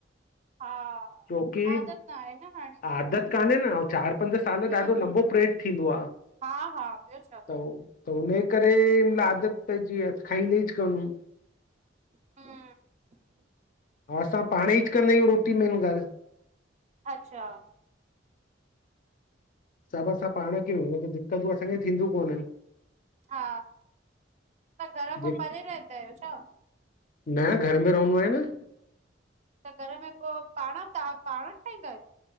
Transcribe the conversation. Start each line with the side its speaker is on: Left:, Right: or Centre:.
Right: हां,
Left: छोकी
Right: आदत ना आए न। हाणे
Left: आदत कान्हे न अउ चार पंज साल
Right: हूं
Left: ॾाढो लंबो प्रेड थींदो आ,
Right: हा हा ॿियो छा
Left: तो त हुन ए करे, आदत पइजी वई आ त खाईंदा इच कोन् हू।
Right: हूं।
Left: हा असां पाणइच कंदा आहियूं रोटी मेन ॻाल्हि।
Right: अच्छा।
Left: सभ असां पाण कयूं त दिक्क़तयूं असांखे थींदियू कोनन
Right: हा त घर खां
Left: जे
Right: परे रहिन्दा आयो छा?
Left: न घर में रहन्दो आयां न
Right: त घर में पो पाण तां पाण ठाहींदा आयो